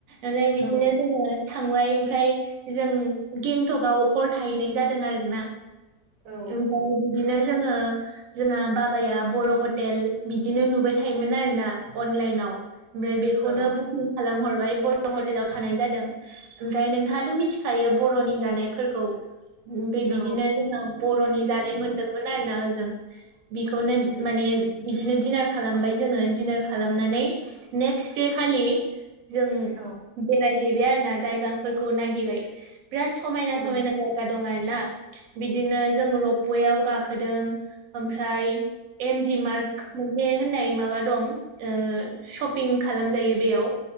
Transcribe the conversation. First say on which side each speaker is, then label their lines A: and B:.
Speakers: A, on the right; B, on the right.
A: ओमफ्राय बिदिनो
B: औ
A: जोङो थांबाय ओमफ्राय जों गेंटकआव हर थाहैनाय जादों आरोना।
B: औ
A: ओमफ्राय बिदिनो जोङो जोंहा बाबाया बर' हटेल बिदिनो नुबाय थायोमोन आरोना अनलाइनाव ओमफ्राय बेखौनो
B: औ
A: बुकिं खालामहरबाय बर' हटेलाव थानाय जादों। ओमफ्राय नोंथाङाथ' मिथिखायो बर'नि जानायफोरखौ ओमफ्राय
B: औ
A: बिदिनो जोंहा बर'नि जानाय मोनदोंमोन आर ना ओजों बिखौनो माने बिदिनो दिडिनार खालामबाय जोङो दिडनार खालामनानै नेक्स्ट दे खालि जों
B: औ
A: बेरायहैबाय आरो ना जायगाफोरखौ नायहैबाय बिराद समायना
B: औ
A: -समायना जाय दं आर ना बिदिनो जों रपवेयाव गाखोदों ओमफ्राय एम जि मार्क मोनसे होननाय माबा दं ओ सपिं खालामजायो बेयाव।